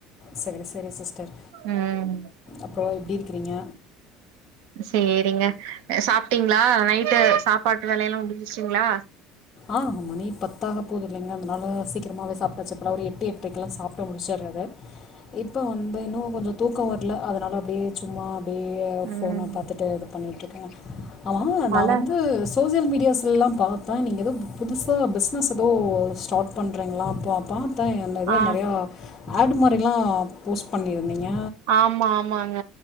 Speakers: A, on the left; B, on the right.
A: செரி சரி சிஸ்டர்
B: ம்
A: அப்றோ எப்டி இருக்கிறீங்க
B: சேரிங்க சாப்டீங்களா நைட்டு சாப்பாட்டு வேலயெல்லா முடிஞ்சிச்சுங்களா
A: ஆ மணி பத்தாக போது இல்லைங்க அதனால சீக்ரமாவே சாப்பிடாச்சு ஒரு எட்டு எ எட்றக்கெல்லாம் சாப்டு முடிச்சிறது இட் இப்போ வந்து இன்னும் கொஞ்சம் தூக்கம் வரல அதனால அப்டியே சும்மா அப்டியே யே
B: ம்
A: ஃபோன் பாத்துட்டு இது பண்ணிட்டு இருக்கே ஆமா
B: மழ
A: நா வந்து சோசியல் மீடியாஸ்லலாம் பாத்தா நீங்க எதோ புதுசா பிஸ்னஸ் எதோ ஸ்டார்ட் பண்றீங்ளா அப்போ பாத்தே என் இது
B: ஆ
A: நெறையா ஆட் மாரில்லா போஸ்ட் பண்ணிருந்தீங்க
B: ஆமா ஆமாங்க